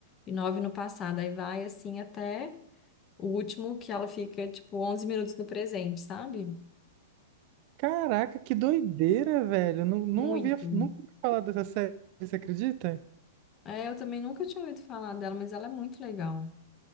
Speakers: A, on the left (about 25°); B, on the right (about 45°).
A: e nove no passado. Aí vai assim até o último, que ela fica, tipo, 11 minutos no presente, sabe?
B: caraca, que doideira, velho. Eu Não, não
A: Muito.
B: ouvia, nunca ouvi falar dessa série, você acredita?
A: É, eu também nunca tinha ouvido falar dela, mas ela é muito legal.